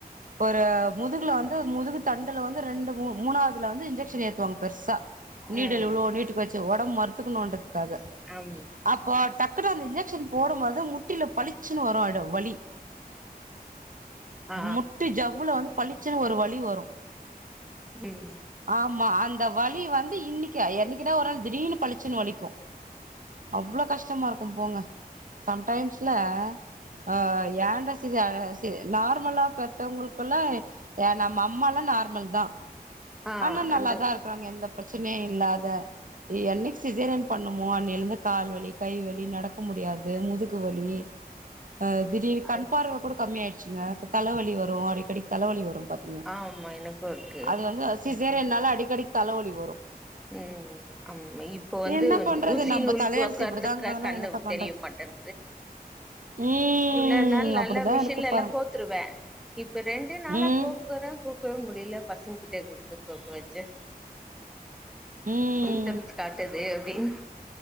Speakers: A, on the right; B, in the centre.
A: ஒரு முதுகுல வந்து முதுகு தண்டல வந்து ரெண்டு மூணு மூணாவதுல வந்து இன்ஜெக்ஷன் ஏத்துவாங்க பெருசா நீடில்
B: ம்
A: இவ்ளோ நீட்டுக்கு வச்சு ஒடம்பு மறத்துக்கணுன்றதுக்காக
B: ஆமா
A: அப்போ டாக் குன்னு அந்த இன்ஜெக்ஷன் போடும்போது முட்டில பளிச்சினு வரு வலி
B: ஆ
A: முட்டி ஜவ்வுல வந்து பழிச்சன்னு ஒரு வலி வரு
B: எஸ்
A: ஆமா அந்த வலி வந்து இன்னைக் கி என்னைக்குன்னா ஒரு நாள் திடீனு பழிச்சன்னு வலிக்கு அவ்ளோ கஷ்டமா இருக்கு போங்க சம்டைம்ஸ்ல அ ஏண்ட சிஸ் சி நார்மலா பெத்தவங்களுக்குல்லா ய நம்ம அம்மால்லா நார்மல் தா
B: ஆ
A: ஆனா நல்லாதா
B: அந்த
A: இருக்கறாங்க எந்த பிரச்சனையு இல்லாத என்னைக்கு சிசேரியன் பண்ணமோ அன்னையில இருந்து கால் வலி கைவலி நடக்க முடியாது முதுகு வலி அ திடீர்
B: அது
A: கண் பார்வ குட கம்மியயிடுச்சுங்க தலவலி வரும் அடிக்கடி தலவலி வரும் ப ங்க
B: ஆமா எனக்கு இருக்கு
A: அது வந்து சிசேரியன் நால அடிக்கடிக் தலவலி வரும்
B: ம் அம் இப்போ வந்து
A: என்ன பண்றது
B: ஊசி
A: நம்ம
B: நூல்
A: தலையெழுத்து
B: கோக்குறதுக்கு
A: இப்டிதாங்குதுன்னா
B: கண்ணு
A: என்னத்த பண்றது
B: தெரிய மாட்டங்
A: ம்
B: இவ்ள நாள் நல்ல
A: அப்டிதா
B: மிஷின்ல
A: இருக்கு
B: எல்லா
A: பாருங்
B: கோத்துருவேன் இப்ப ரெண்டு நாளா
A: ம்
B: கோக்குரன் கோக்கவே முடியல பசங்க கிட்ட குடுத்து கோக்க வச்சு
A: ம்
B: மிம்டனன்ஸ் காட்டுது அப்டின்